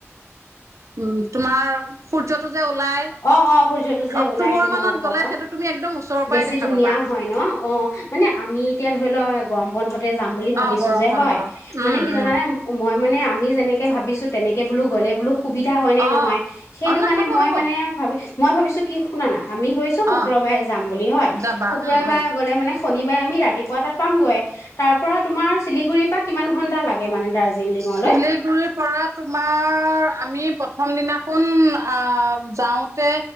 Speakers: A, on the right (about 80°); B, on the left (about 85°).
A: উ তোমাৰ সূৰ্যটো যে ওলাই
B: অ অ সূৰ্যটো যে
A: অক্টোবৰ
B: ওলাই তোমাৰ
A: মানত
B: ওপৰ
A: গ'লে
B: পৰা
A: সেইটো তুমি একদম ওচৰৰ
B: বেছি
A: পৰাই দেখা
B: ধুনীয়া
A: পাবা
B: হয় ন অ মানে আমি এতিয়া ধৰি লোৱা গৰম বন্ধত। যাম বুলি ভাবিছো
A: অ গৰম
B: যে
A: বন্ধ
B: হয় মানে
A: উম
B: কি জানানে
A: উম
B: মই মানে। আমি যেনেকে ভাবিছো তেনেকে বোলো। গলে বোলো সুবিধা হয় নে নহয়
A: অ
B: সেইটো
A: অ ন
B: কাৰণে
A: হ'ব
B: মই
A: হ'ব
B: মানে ভাবি মই ভাবিছো কি শুনা না আমি ভাবিছো শুক্ৰবাৰে
A: অ
B: যাম বুলি হয়
A: যাবা
B: শুক্ৰবাৰে
A: উম উম
B: গ'লে মানে শনিবাৰে আমি ৰাতিপুৱা তাত পামগৈ। তাৰ পৰা তোমাৰ চিলিগুৰি কিমান ঘণ্টা লাগে? মানে দাৰ্জিলিঙলৈ
A: চিলিগুৰিৰ পৰা তোমাৰ আমি প্ৰথম দিনা চোন আহ যাওঁতে